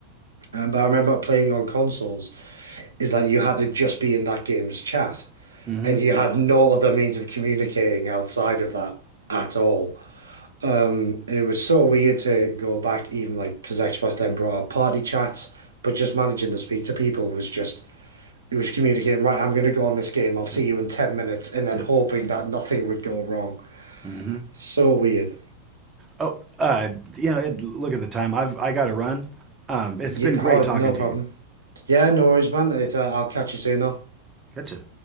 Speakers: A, on the right (about 70°); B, on the right (about 20°).
A: Um, but I remember playing on consoles is that you had to just be in that game's chat,
B: Mm-hmm.
A: and you had no other means of communicating outside of that at all. And it was so weird to go back, even like because Xbox then brought out party chats, but just managing to speak to people was just it was communicating. Right, I'm going to go on this game. I'll see
B: Yep.
A: you in ten minutes, and then
B: Yep.
A: hoping that nothing would go wrong.
B: Mm-hmm.
A: So weird.
B: Oh, uh, you know, it, look at the time. I've I got to run. Um, it's
A: Yeah,
B: been great
A: oh,
B: talking
A: no
B: to
A: problem.
B: you.
A: Yeah, no worries, man. It's, uh, I'll catch you soon, though.
B: Gotcha